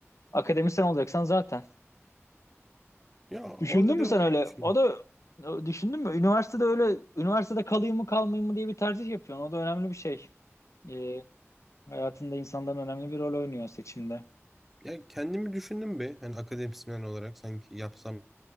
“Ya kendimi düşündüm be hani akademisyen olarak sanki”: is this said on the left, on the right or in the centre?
Centre